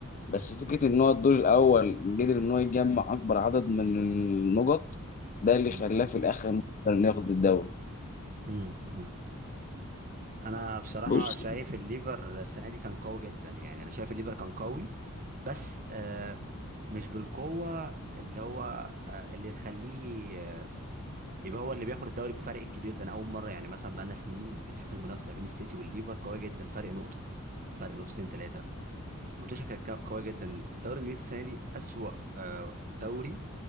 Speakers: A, on the left; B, on the right.
A: بس فكرة إن هو الدور الأول قدر إن هو يجمع أكبر عدد من النقط ده اللي
B: مم.
A: خلاه في الآخر إنه ياخد الدوري
B: مم. مم. انا بصراحه
A: بص
B: شايف الليفر السنه دي كان قوي جدا يعني انا شايف الليفر كان قوي بس آه، مش بالقوه اللي هو آه، اللي تخليه آه، يبقى هو اللي بياخد الدوري بفرق الكبير ده انا اول مره يعني مثلا بقالنا سنين بنشوف المنافسه بين السيتي والليفر قويه جدا فرق نقطه فرق نقطتين ثلاثه الماتش كانت قويه جدا الدوري الانجليزي السنه دي اسوأ آه، دوري